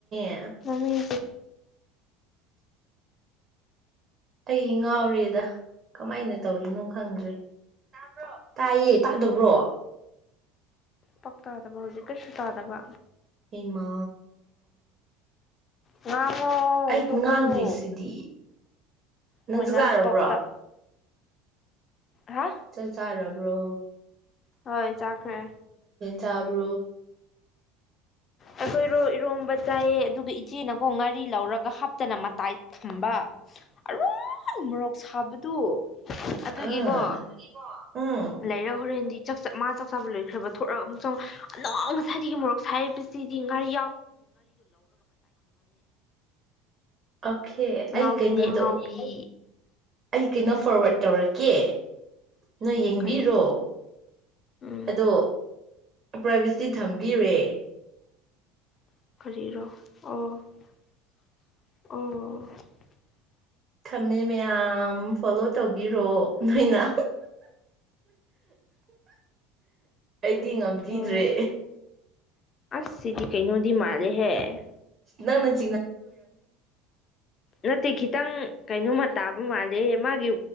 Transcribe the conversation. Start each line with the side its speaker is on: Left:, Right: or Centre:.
Right: ꯑ
Left: ꯃꯃꯤꯡꯁꯦ
Right: ꯑꯩ ꯉꯥꯎꯔꯦꯗ ꯀꯃꯥꯏꯅ ꯇꯧꯔꯤꯅꯣ ꯈꯪꯗ꯭ꯔꯦ ꯇꯥꯕ꯭ꯔꯣ ꯇꯥꯏꯌꯦ ꯇꯥꯗꯕ꯭ꯔꯣ
Left: ꯄꯥꯛ ꯇꯥꯗꯕ ꯍꯧꯖꯤꯛ ꯀꯔꯤꯁꯨ ꯇꯥꯗꯕ
Right: ꯏꯃꯥ
Left: ꯉꯥꯡꯉꯣ
Right: ꯑꯩ
Left: ꯇꯣꯛꯀꯅꯨ
Right: ꯉꯥꯡꯗ꯭ꯔꯤꯁꯤꯗꯤ ꯅꯪꯁꯨ
Left: ꯍꯣꯏ ꯅꯟ
Right: ꯆꯥꯔꯕ꯭ꯔꯣ
Left: ꯁ꯭ꯇꯣꯞꯇ ꯍꯥ
Right: ꯆ ꯆꯔꯔꯕ ꯍ꯭ꯔꯣ
Left: ꯍꯣꯏ ꯆꯈ꯭ꯔꯦ
Right: ꯇꯔꯨ
Left: ꯑꯩꯈꯣꯏꯔꯣ ꯏꯔꯣꯝꯕ ꯆꯥꯏꯌꯦ ꯑꯗꯨꯒ ꯏꯆꯦꯅꯀꯣ ꯉꯥꯔꯤ ꯂꯧꯔꯒ ꯍꯥꯞꯇꯅ ꯃꯇꯥꯏ ꯊꯝꯕ ꯑꯔꯣꯏ ꯃꯣꯔꯣꯛ ꯁꯥꯕꯗꯨ ꯑꯗꯨꯒꯤꯀꯣ
Right: ꯑꯥ ꯎꯝ
Left: ꯂꯩꯔ ꯍꯣꯔꯦꯟꯗꯤ ꯃꯥ ꯆꯥꯛ ꯆꯥꯕ ꯂꯣꯏꯈ꯭ꯔꯕ ꯊꯣꯔꯛꯒ ꯑꯃꯨꯛ ꯆꯪ ꯑꯅ ꯉꯁꯥꯏꯗꯒꯤ ꯃꯣꯔꯣꯛ ꯗꯤꯒꯥ
Right: ꯑꯣꯀꯦ
Left: ꯑꯉꯥꯎꯕꯤꯅꯦ
Right: ꯑꯩ ꯀꯩꯅꯣꯗꯣ
Left: ꯑꯉꯥꯎꯕꯤ
Right: ꯑꯩ ꯀꯩꯅꯣ ꯐꯣꯔꯋꯥꯔꯠ ꯇꯧꯔꯛꯀꯦ ꯅꯪ ꯌꯦꯡꯕꯤꯔꯣ
Left: ꯀꯔꯤ ꯎꯝ
Right: ꯑꯗꯣ ꯄ꯭ꯔꯥꯏꯚꯦꯁꯤ ꯊꯝꯕꯤꯨꯔꯦ
Left: ꯐꯔꯤꯔꯣ ꯑꯣ ꯑꯣ
Right: ꯊꯝꯃꯦ ꯃꯌꯥꯝ ꯐꯣꯂꯣ ꯇꯧꯕꯤꯔꯣ ꯅꯣꯏꯅ ꯑꯩꯗꯤ ꯉꯝꯈꯤꯗ꯭ꯔꯦ
Left: ꯑꯣ ꯑꯁ ꯁꯤꯗꯤ ꯀꯩꯅꯣꯗꯤ ꯃꯥꯟ ꯂꯦꯍꯦ
Right: ꯅꯪ ꯅ
Left: ꯅꯠꯇꯦ ꯈꯤꯇꯪ ꯀꯩꯅꯣꯝꯃ ꯇꯥꯕ ꯃꯥꯜꯂꯦ ꯃꯥꯒꯤ